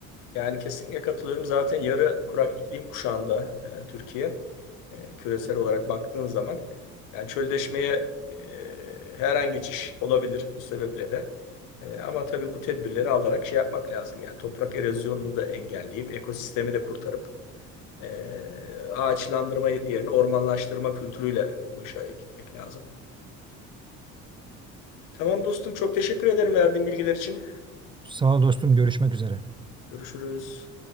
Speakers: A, on the left; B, on the right.
A: Yani kesinlikle katılıyorum. Zaten yarı kurak iklim kuşağında e, Türkiye e, küresel olarak baktığın zaman yani çölleşmeye e, her an geçiş olabilir bu sebeple de. E, ama tabii bu tedbirleri alarak şey yapmak lazım. Yani toprak erozyonunu da engelleyip ekosistemi de kurtarıp Ee, ağaçlandırma yerine ormanlaştırma kültürüyle bu işe gitmek lazım. Tamam dostum çok teşekkür ederim verdiğin bilgiler için.
B: Sağ ol dostum görüşmek üzere.
A: Görüşürüz.